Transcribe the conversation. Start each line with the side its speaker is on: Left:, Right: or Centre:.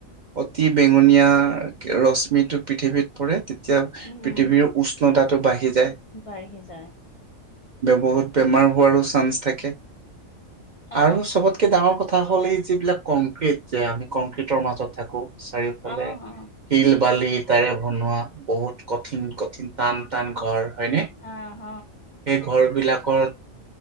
Right: অতি বেঙনীয়া ৰশ্ শ্মিটো পৃথিৱীত পৰে তেতিয়া
Left: উম
Right: পৃথিৱীৰ উষ্ণতাটো বাঢ়ি যায়।
Left: বাঢ়ি যায়।
Right: বহুত বেমাৰ হোৱাৰো চান্স থাকে
Left: অ
Right: আৰু চবত- তাতকে ডাঙৰ কথা হ'ল এই যিবিলাক কংক্ৰিট যে আমি কংক্ৰিটৰ মাজত থাকো। চাৰিওফালে
Left: অ অ
Right: শিল বালি ইটাৰে বনোৱা বহুত কঠিন ক টান টান ঘৰ হয়নে। সেই
Left: আহ
Right: ঘৰবিলাকৰ